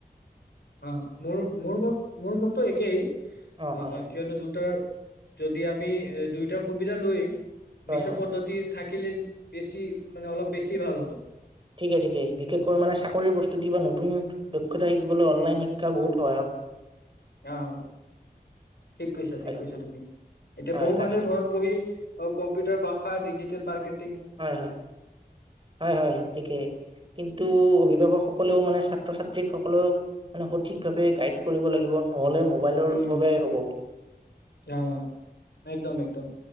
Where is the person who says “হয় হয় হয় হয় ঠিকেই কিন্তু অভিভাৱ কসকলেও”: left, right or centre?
Right